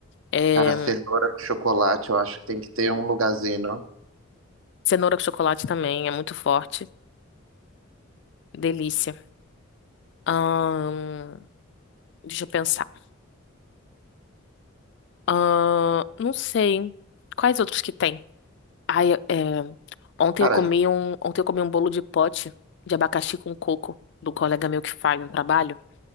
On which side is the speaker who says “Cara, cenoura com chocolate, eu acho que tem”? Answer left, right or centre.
Right